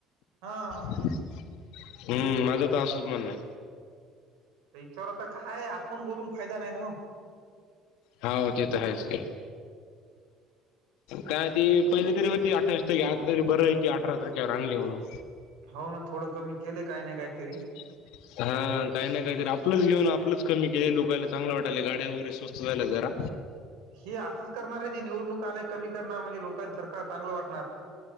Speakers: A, on the right; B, on the left.
A: हा.
B: हम्म! माझं तर असंच म्हण आहे.
A: याच्यावर आता काय आपण बोलून फायदा नाही ना हो?
B: हा हो, ते तर आहेच की. काय ती पहिली तरी होती अठ्ठावीस, तारखे आता तरी बरं आहे की, अठरा तारखेवर आणली म्हणून.
A: हो ना, थोडं कमी केले, काय नाही काही तरी.
B: <inaudible> हा काही ना काहीतरी आपलंच घेऊन आपलंच कमी केले लोकाला चांगलं वाटाय गाड्या वगैरे स्वस्त झाल्या जरा
A: हे असंच करणार आहे जे निवडणूका आल्याय कमी करणार म्हणजे लोक सरकार चांगलं वाटणार